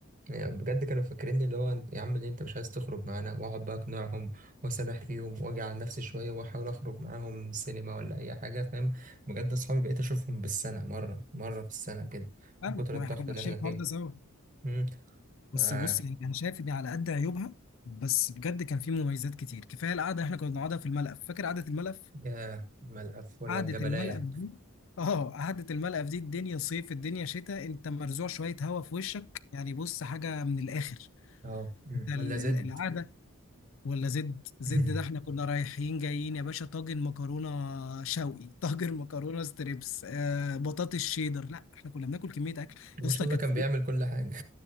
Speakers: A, on the right; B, on the left.
A: يعني بجد كانوا فاكريني اللي هو يا عم ليه انت مش عايز تخرج معانا واقعد بقى اقنعهم واسامح فيهم واجي على نفسي شويه واحاول اخرج معاهم سينما ولا اي حاجه فاهم بجد اصحابي بقيت اشوفهم بالسنه مره مره في السنه كده
B: فاهمك
A: من كتر
B: ما
A: الضغط
B: احنا كنا
A: اللي
B: عايشين
A: احنا
B: الحوار
A: فيه
B: ده سوا
A: امم
B: بس
A: آه
B: بص يعني انا شايف ان على قد عيوبها بس بجد كان في مميزات كتير كفايه القعده احنا كنا بنقعدها في الملقف فاكر قعده الملقف
A: يا ملقف ولا
B: قعده
A: الجبلايه
B: الملقف دي اه قعده الملقف دي الدنيا صيف الدنيا شتاء انت مرزوع شويه هوا في وشك يعني بص حاجه من الاخر
A: اه مم.
B: ده
A: ولا
B: ال- ال-
A: زد
B: القعده ولا زد زد
A: <laughs>
B: ده احنا كنا رايحين جايين يا باشا طاجن مكرونه شوقي طاجن مكرونه ستريبس آه بطاطس شيدر لا احنا كنا بناكل كميه اكل
A: ما
B: اصلا
A: شاء الله
B: كانت
A: كان بيعمل كل حاجه